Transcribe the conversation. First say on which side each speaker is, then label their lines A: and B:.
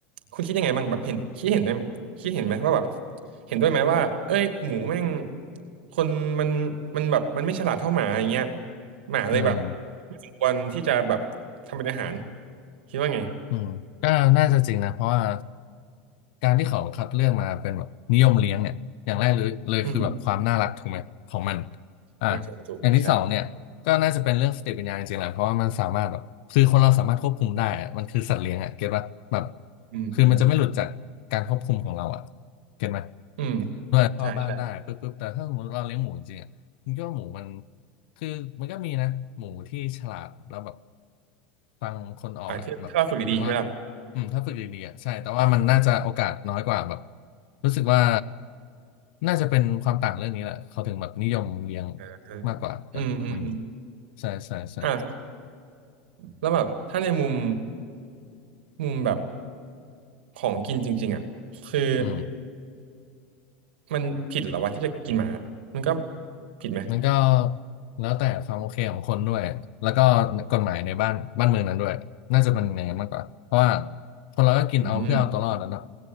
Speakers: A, on the right (about 90°); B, on the left (about 70°).
A: คุณคิดยังไงบ้างแบบเห็นคิดเห็นด้วยคิดเห็นไหมว่าแบบเห็นด้วยไหมว่าเอ้ยหมูแม่งคนมันมันแบบมันไม่ฉลาดเท่าหมาอย่างเงี้ยหมาเลยแบบ
B: อืม
A: ไม่สมควรที่จะแบบทำเป็นอาหารคิดว่าไง
B: อืมก็น่าจะจริงนะเพราะว่าการที่เขาคัดเลือกมาเป็นแบบนิยมเลี้ยงเนี่ยอย่างแรกเลยเลยคือแบบความน่ารักถูกไหมของมัน
A: อืมอืม
B: อ่า
A: อ่าถูกถูกใช่
B: อย่างที่สองเนี่ยก็น่าจะเป็นเรื่องสติปัญญาจริงๆแหละเพราะว่ามันสามารถแบบคือคนเราสามารถควบคุมได้อะมันคือสัตว์เลี้ยงอ่ะเก็ตป่ะแบบ
A: อืมอืม
B: คือมันจะไม่หลุดจากการควบคุมของเราอ่ะเก็ตไหม
A: อืม
B: เข้าบ้านได้ปึ๊บปึ๊บแต่ถ้าสมมติเราเลี้ยงหมูจริงๆอ่ะมันก็หมูมัน
A: ใช่ใช่
B: คือมันก็มีนะหมูที่ฉลาดแล้วแบบฟังคนออกอ่ะแบบหมายถึงว่า
A: อ่าถ้าถ้าเราฝึกดีๆใช่ไหมล่ะ
B: อืมถ้าฝึกดีๆอ่ะใช่แต่ว่ามันน่าจะโอกาสน้อยกว่าแบบรู้สึกว่าน่าจะเป็นความต่างเรื่องนี้แหละเขาถึงแบบนิยมเลี้ยง
A: อ่าอ่า
B: มากกว่ากันอืม
A: อืมอืมอืม
B: ใช่ใช่ใช่
A: อ่าแล้วแบบถ้าในมุมมุมแบบของกินจริงๆอ่ะคือ
B: อืม
A: มันผิดเหรอวะที่จะกินหมา มันก็ผิดไหม
B: มันก็แล้วแต่ความโอเคของคนด้วยแล้วก็กฎหมายในบ้านบ้านเมืองนั้นด้วยน่าจะเป็นอย่างนั้นมากกว่าเพราะว่าคนเราก็กินเอาเพื่อเอาตัวรอดแล้วเนาะ
A: อืม